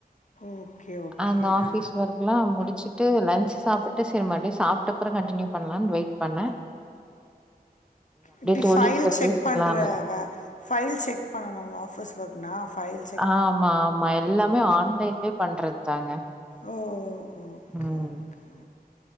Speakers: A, on the left; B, in the centre.
A: ஓகே ஓகே
B: அந்த ஆபிஸ்
A: ஆ
B: ஒர்க் எல்லாம் முடிச்சுட்டு லன்சு சாப்பிட்டு சுமாட்டி சாப்ட அப்ற கண்டடினியூ பண்ணலான்னு வெயிட் பண்ணேன்
A: இப்டி
B: தோழி
A: பைல்
B: கிட்ட
A: செக்
B: பேசிக்கலான்னு
A: பண்ற ஃபைல் செக் பண்ணணுங்களா ஆஃபீஸ் ஒர்க் நா ஃபல்ஸ்
B: ஆமா ஆமா எல்லாமே ஆன்லைன்லயே பண்றது தாங்க
A: ஓ ஓகே
B: ம்
A: ஓகே